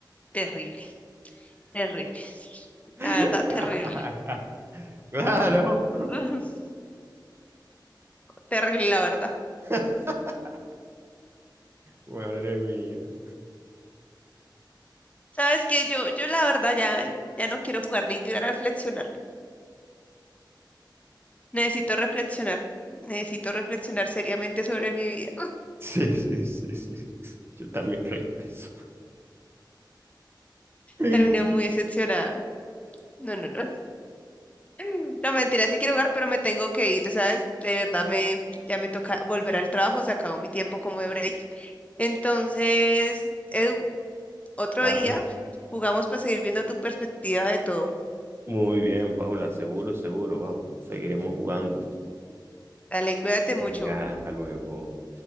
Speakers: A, on the left; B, on the right.
A: Terrible, terrible,
B: <laughs>
A: la verdad, terrible.
B: Claro. <laughs>
A: <laughs> Terrible, la verdad.
B: <laughs> Madre mía.
A: ¿Sabes que Yo, yo la verdad ya, ya no quiero jugar ni tirar a reflexionar. Necesito reflexionar. Necesito reflexionar seriamente sobre mi vida.
B: Sí, sí, sí, sí. Yo también creo eso. <laughs>
A: Terminé muy decepcionada. No, no, no. <laughs> No, mentira, sí quiero jugar, pero me tengo que ir, ¿sabes? De verdad me, ya me toca volver al trabajo, se acabó mi tiempo como de break. Entonces, Edu, otro
B: Ah,
A: día jugamos para seguir viendo tu perspectiva de todo.
B: Muy bien, Paula. Seguro, seguro. Vamos, seguiremos jugando.
A: Dale, cuídate
B: Venga,
A: mucho.
B: hasta luego.